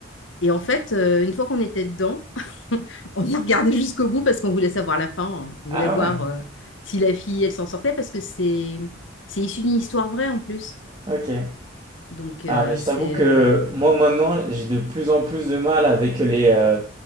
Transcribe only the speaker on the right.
Ah
ouais,
ok.
Ah mais je
t'avoue que
moi maintenant, j'ai de plus en plus de mal avec les, euh,